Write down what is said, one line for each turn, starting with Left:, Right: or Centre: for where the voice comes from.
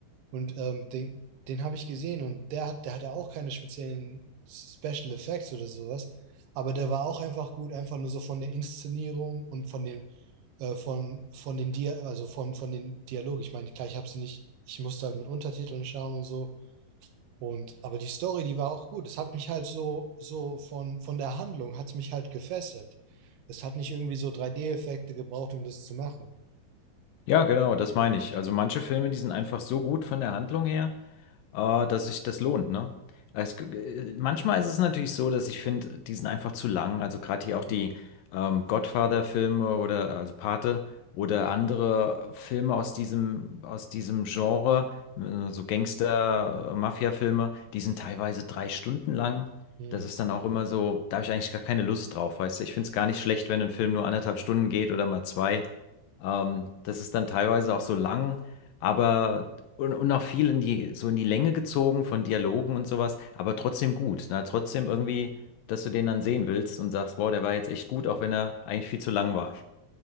Right: Und ähm, den, den habe ich gesehen und der hat, der hatte auch keine speziellen Special Effects oder sowas. Aber der war auch einfach gut, einfach nur so von der Inszenierung und von den äh, von, von den Dia also von, von den Dialogen. Ich meine, klar, ich habe sie nicht, ich musste halt mit Untertiteln schauen und so. Und, aber die Story, die war auch gut. Es hat mich halt so, so von, von der Handlung, hat es mich halt gefesselt. Es hat nicht irgendwie so 3D-Effekte gebraucht, um das zu machen.
Left: Ja, genau, das meine ich. Also manche Filme, die sind einfach so gut von der Handlung her. äh, dass sich das lohnt, ne? Es, g- manchmal ist es natürlich so, dass ich finde, die sind einfach zu lang. Also gerade hier auch die
Right: Mhm.
Left: ähm, Godfather-Filme oder also Pate oder andere Filme aus diesem, aus diesem Genre, äh, so Gangster-Mafia-Filme, die sind teilweise drei Stunden lang.
Right: Mhm.
Left: Das ist dann auch immer so, da habe ich eigentlich gar keine Lust drauf, weißt du? Ich finde es gar nicht schlecht, wenn ein Film nur anderthalb Stunden geht oder mal zwei. Ähm, das ist dann teilweise auch so lang, aber und, und auch viel in die, so in die Länge gezogen von Dialogen und sowas, aber trotzdem gut. Ne? Trotzdem irgendwie, dass du den dann sehen willst und sagst, wow, der war jetzt echt gut, auch wenn er eigentlich viel zu lang war.